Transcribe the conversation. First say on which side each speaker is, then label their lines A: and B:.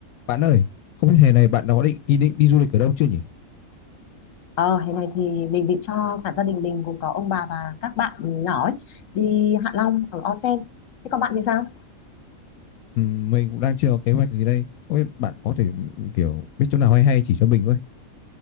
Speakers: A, on the left; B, on the left.
A: Bạn ơi, không biết hè này bạn đã có định ý định đi du lịch ở đâu chưa nhỉ?
B: Ờ, hè này thì mình định cho cả gia đình mình gồm có ông bà và các bạn nhỏ ấy, đi Hạ Long ở O Sen. Thế còn bạn thì sao?
A: Ừm, mình cũng đang chưa có kế hoạch gì đây. Không biết bạn có thể ừ, kiểu biết chỗ nào hay hay chỉ cho mình với.